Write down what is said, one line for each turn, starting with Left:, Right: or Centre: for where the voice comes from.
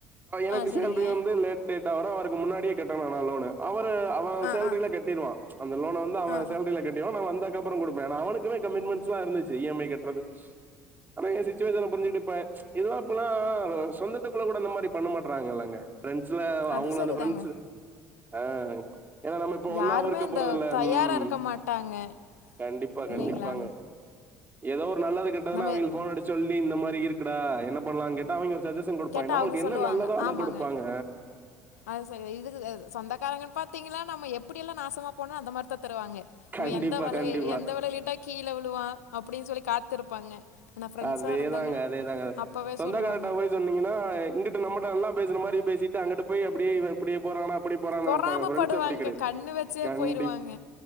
Right: எனக்கு
Left: ஆ சரிங்க
Right: சேல்ரி வந்து லேட் லேட்டா வரு அவருக்கு முன்னாடியே கட்டனானு நா லோனு அவ ப்ப அவ
Left: ஆ
Right: சேல்ரில
Left: ஆ
Right: கட்டிருவா ச் அந்த லோன வந்து அவ
Left: ஆ ஆ
Right: சேல்ரில கட்டிருவா நா வந்தாட் க்கப்றோ கொடுப்பே நா அவனுக்கு கமிட்மெண்ட்ஸ்லா இருந்துச்சு ஈ எம் ஐ கட்றது ஆனா என் சுச்சுவேஷன புரிஞ்சுக்கிட்டு இப்ப ப்ச் இதுல இப்பெல்லா சொந்தத்துக்குள்ள கூட இந்த மாதிரி பண்ண மாட்றாங்கல்லங்க ஃப்ரெண்ட்ஸ்ல
Left: அது
Right: அவங்களு
Left: சரிதாங்க
Right: அந்த ஃப்ரெண்ட்ஸ் ஆஹ் ஏன்னா நம்ம இப்ப ஒன்னா
Left: யாருமே
Right: இருக்கு
Left: அந்த
Right: போறது இல்லை
Left: தயாரா
Right: ம்
Left: இருக்க மாட்டாங்க
Right: கண்டிப்பா
Left: இல்லைங்களாங்
Right: கண்டிப்பாங்க ஏதோ ஒரு நல்லது கெட்டதுனா
Left: நம்ம
Right: அவங்களுக்கு போன் அடிச்சு சொல்லி இந்த மாரி இருக்குடா என்ன பண்ணலானு கேட்டா அவங்க ஒரு சஜஷன் குடுப்பாங்கே
Left: கேட்டா
Right: நம்மளுக்கு
Left: அவங்க
Right: என்ன
Left: சொல்லுவாங்க
Right: நல்லதோ அத
Left: ஆமாங்க
Right: குடுப்பாங்க
Left: அது செரி இதுக் சொந்தக்காரங்க பாத்தீங்கன்னா நம்ம எப்டி எல்லா நாசமா போணு அந்த மாரிதா தருவாங்க
Right: கண்டிப்பா
Left: இவ எந்த வலைய
Right: கண்டிப்பா
Left: எந்த வலையலிட்டா கீழ விழுவா அப்டின்னு சொல்லி காத்திருப்பாங்க ஆனா ஃப்ரெண்ட்ஸா
Right: அதே
Left: இருந்தாங்கன்னா
Right: தாங்க அதே தாங்க
Left: அப்பவே
Right: சொந்தகாரண்ட
Left: சொல்லுவாங்க
Right: போய் சொன்னீங்கனா இங்குட்டு நம்ம நல்லாப் பேசிற மாரி பேசிட்டு அங்குட்டு போய் அப்டியே இவ இப்டியே போறானா அப்டி போறான்னு
Left: பொறாம
Right: நெனப்பாங்க ஃப்ரெண்ட்ஸ்
Left: படுவாங்க
Right: அப்டி கெடையாது
Left: கண்ணு வச்சே
Right: கண்டிப்
Left: போயிருவாங்க